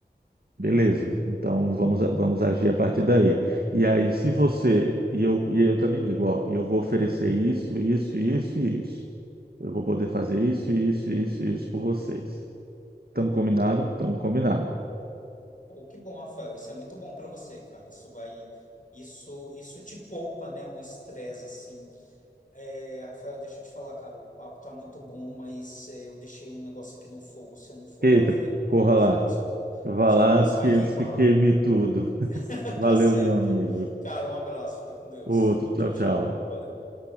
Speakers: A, on the right (about 60°); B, on the left (about 50°).
A: Beleza. Então vamos, vamos agir a partir daí. E aí, se você, e eu, e eu também digo, ó, eu vou oferecer isso, isso, isso e isso. Eu vou poder fazer isso, isso, isso, isso por vocês. Estamos combinado?
B: Pô,
A: Estamos combinado.
B: pô, que bom, Rafael. Isso é muito bom para você, cara. Isso vai. Isso, isso te poupa, né? Um estresse assim. É, Rafael, deixa eu te falar, cara. O papo tá muito bom, mas é, eu deixei um negócio aqui no fogo. Se eu não for
A: Eita,
B: lá ver, eu
A: corra
B: acho,
A: lá.
B: o negócio que eu,
A: Vá
B: eu acho
A: lá
B: que o negócio
A: antes
B: vai
A: que,
B: queimar.
A: antes que queime tudo.
B: <laughs>
A: Valeu,
B: Tá certo.
A: meu amigo.
B: Cara, um abraço. Fica com Deus.
A: Outro, tchau,
B: Tchau,
A: tchau.
B: tchau. Valeu.